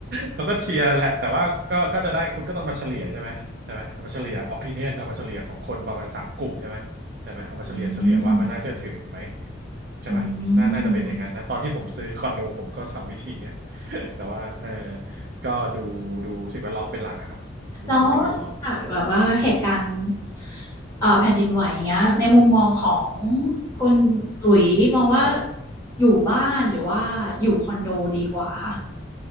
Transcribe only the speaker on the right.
เขาก็เชียร์แหละแต่ว่าก็ก็จะได้คุณก็ต้องมาเฉลี่ยใช่ไหมใช่ไหมเอามาเฉลี่ย opinion เอามาเฉลี่ยของคนประมาณสามกลุ่มใช่ไหมใช่ไหมเอามาเฉลี่ยเฉลี่ยว่ามันน่าเชื่อถือไหม
ใช่ไหมน่าน่าจะเป็นอย่างนั้นนะตอนที่ผมซื้อคอนโดผมก็ทำวิธีเนี้ย
แต่ว่าเออก็ดูดูสิ่งแวดล้อมเป็นหลักอะครับอืมสิ่งแวดล้อม
ครับ